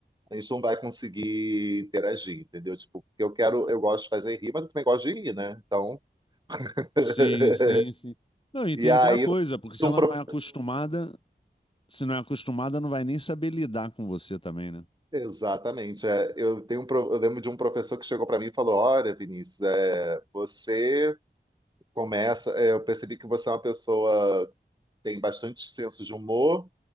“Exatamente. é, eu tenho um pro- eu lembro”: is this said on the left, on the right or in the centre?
Right